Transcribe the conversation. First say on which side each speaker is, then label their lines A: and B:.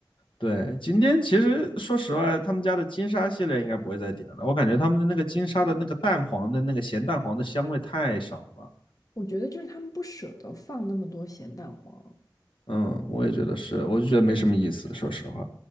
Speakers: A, on the left; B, on the left.
A: 对，今天其实说实话，他们家的金沙系列应该不会再点了，我感觉他们的那个金沙的那个蛋黄的那个咸蛋黄的香味太少了。
B: 我觉得就是他们不舍得放那么多咸蛋黄。
A: 嗯，我也觉得是，我就觉得没什么意思，说实话，